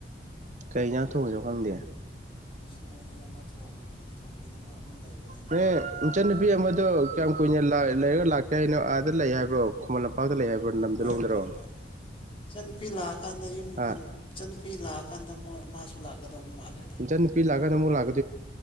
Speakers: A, on the right; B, on the left.
A: ꯀꯩ ꯏꯟꯖꯥꯡ ꯊꯣꯡꯏꯅꯣ ꯈꯪꯗꯦ
B: ꯑꯗꯤ ꯑꯃ ꯊꯣꯡ ꯊꯣꯡꯕꯤꯅꯕ ꯑꯃ ꯂꯩꯕꯅꯤꯅ ꯌꯥꯝ ꯅꯨꯡꯉꯥꯏ
A: ꯍꯦ ꯏꯪꯆꯟꯅꯨꯄꯤ ꯑꯃꯗꯣ ꯀꯌꯥꯝ ꯀꯨꯏꯅ ꯂꯥꯏ ꯂꯩꯔꯒ ꯂꯥꯛꯀꯦ ꯍꯥꯏꯅꯣ ꯑꯥꯗ ꯂꯩ ꯍꯥꯏꯕ꯭ꯔꯣ ꯈꯨꯃꯟ ꯂꯝꯄꯥꯛꯇ ꯂꯩ ꯍꯥꯏꯕ꯭ꯔꯣ ꯅꯝꯖꯂꯣꯡꯗꯔꯣ
B: ꯍꯣꯏ ꯃꯅꯥꯎꯄꯥ ꯏꯆꯟꯅꯨꯄꯤ ꯂꯥꯛꯑꯀꯥꯟꯗ ꯌꯨꯝ ꯈꯨꯟ
A: ꯑ
B: ꯏꯟꯅꯨꯄꯤ ꯂꯥꯛꯑꯀꯥꯟꯗ ꯃꯣꯏ ꯃꯥꯁꯨ ꯂꯥꯛꯀꯗꯧꯕ ꯃꯥꯜꯂꯦ
A: ꯏꯆꯝ ꯅꯨꯄꯤ ꯂꯒꯗ ꯑꯃꯨꯛ ꯂꯥꯛ ꯀ